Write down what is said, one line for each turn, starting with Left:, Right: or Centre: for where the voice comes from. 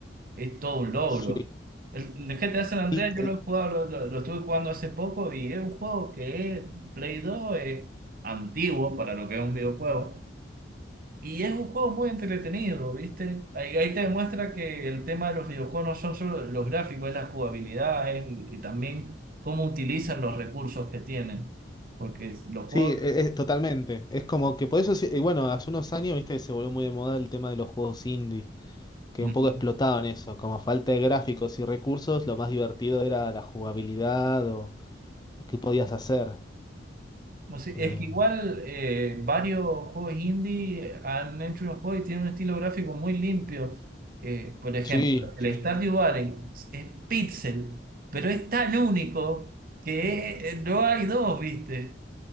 Right: es todo un logro.
Left: Sí,
Right: El, el GTA San Andreas
Left: sí, eh,
Right: yo lo he jugado, lo, lo- lo estuve jugando hace poco y es un juego que es Play 2, es antiguo para lo que es un videojuego. Y es un juego muy entretenido, ¿viste? Ahí, ahí te demuestra que el tema de los videojuegos no son solo los gráficos, es la jugabilidad, es- y también cómo utilizan los recursos que tienen. Porque los
Left: sí,
Right: juegos
Left: eh, eh, totalmente. Es como que por eso, sí- y bueno, hace unos años, viste, se volvió muy de moda el tema de los juegos indie, que
Right: Mm.
Left: un poco explotaban eso. Como falta de gráficos y recursos, lo más divertido era la jugabilidad o, o qué podías hacer.
Right: No sé,
Left: Em,
Right: es que igual eh, varios juegos indie han hecho unos juegos y tienen un estilo gráfico muy limpio. Eh, por ejemplo,
Left: sí,
Right: el
Left: sí,
Right: Stardew
Left: sí,
Right: Valley es pixel, pero es tan único que eh, no hay dos, ¿viste?